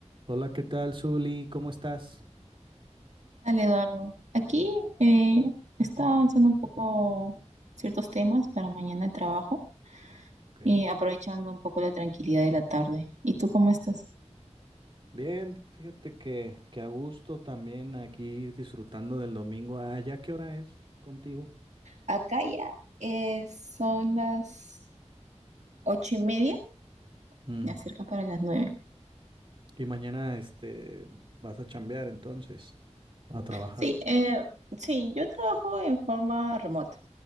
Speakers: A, on the right; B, on the right.
A: Hola, ¿qué tal, Zuli? ¿Cómo estás?
B: Dale, Eduardo. Aquí eh, está avanzando un poco ciertos temas para mañana el trabajo
A: Ok.
B: y aprovechando un poco la tranquilidad de la tarde. ¿Y tú cómo estás?
A: Bien, fíjate que, que a gusto también aquí disfrutando del domingo. Ah, ¿ya qué hora es contigo?
B: Acá ya eh, son las ocho y media.
A: Mm,
B: Ya cerca para las nueve.
A: Y mañana este vas a chambear entonces, a trabajar.
B: Sí, eh, sí, yo trabajo en forma remota.